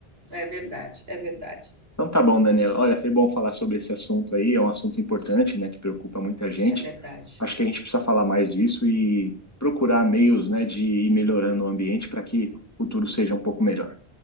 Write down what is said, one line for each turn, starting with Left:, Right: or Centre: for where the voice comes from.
Right: verdade, é verdade,
Left: Então tá bom, Daniela. Olha, foi bom falar sobre esse assunto aí. É um assunto importante, né, que preocupa muita gente.
Right: é verdade,
Left: Acho que a gente precisa falar mais disso e procurar meios, né, de ir melhorando o ambiente para que o futuro seja um pouco melhor.